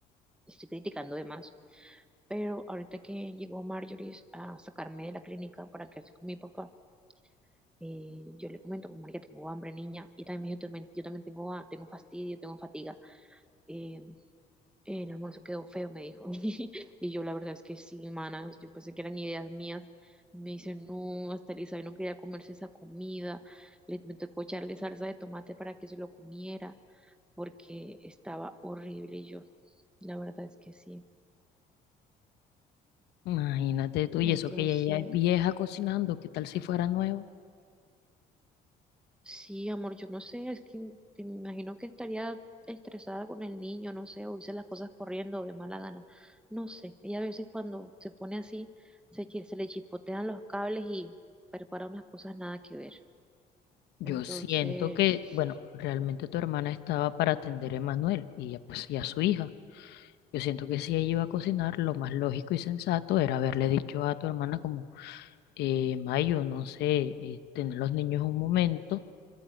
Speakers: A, in the centre; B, on the left.
A: estoy criticando de más. Pero ahorita que llegó Marjorie a sacarme de la clínica para quedarse con mi papá, eh, yo le comento como, ya tengo hambre, niña, y también me dijo, "Yo también- yo también tengo, ha- tengo fastidio, tengo fatiga. Eh, el almuerzo quedó feo, me dijo. <laughs> Y yo la verdad es que sí, manas, yo pensé que eran ideas mías. Me dice, no, hasta Elizabeth no quería comerse esa comida. Le, me tocó echarle salsa de tomate para que se lo comiera, porque estaba horrible y yo. La verdad es que sí.
B: Imagínate tú,
A: Entonces,
B: y eso que ella ya es vieja cocinando, ¿qué tal si fuera nuevo?
A: Sí, amor, yo no sé, es que te me imagino que estaría estresada con el niño, no sé, o hice las cosas corriendo de mala gana, no sé. Ella a veces cuando se pone así, se, chi- se le chispotean los cables y prepara unas cosas nada que ver.
B: Yo
A: Entonces,
B: siento que, bueno, realmente tu hermana estaba para atender a Emanuel y ya, pues y a su hija. Yo siento que si ella iba a cocinar, lo más lógico y sensato era haberle dicho a tu hermana como, eh, Mayo, no sé, eh, tener los niños un momento